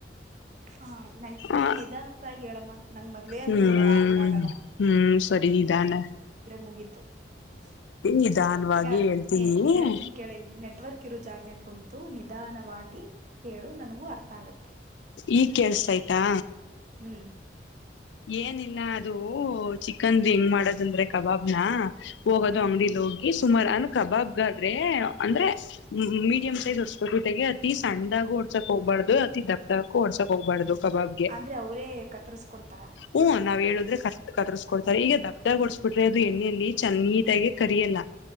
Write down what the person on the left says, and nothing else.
ಆ
ಹ್ಮ್
ಹ್ಮ್ ಸರಿ ನಿದಾನ.
ನಿಧಾನವಾಗಿ
ಹೇಳ್ತೀನಿ
ಈಗ್ ಕೇಳ್ಸ್ ತೈಯ್ತಾ.
ಏನಿಲ್ಲ ಅದು ಚಿಕನ್ ಹೆಂಗ್ ಮಾಡುದಂದ್ರೆ ಕಬಾಬ್ನ. ಹೋಗೋದು
ಅಂಗ್ಡಿಲಿ ಹೋಗಿ <unintelligible> ಕಬಾಬ್ಗಾದ್ರೆ ಅಂದ್ರೆ ಮೀಡಿಯಂ ಸೈಜ್ ಹೊಡ್ಸ್ ಗೊತೆೆಗೆ ಅತಿ ಸಣ್ಣಾಗ ಹೊಡ್ಸಕ್ ಹೋಗ್ಬಾರ್ದು ಅತಿ ದಪ್ಪಕು ಹೊಡ್ಸಕ್ ಹೋಗ್ಬಾರ್ದು. ಕಬಾಬ್ಗೆ
ಹೂ ನಾವ್ ಹೇಳುದ್ರೆ ಕರ್ ಕತ್ರರ್ಸ್ಕೊಡ್ತಾರೆ ಈಗ <unintelligible> ಅದು ಎಣ್ಣೆೆಯಲ್ಲಿ ಚೆ ನೀಟಾಗಿ ಕರಿಯಲ್ಲ.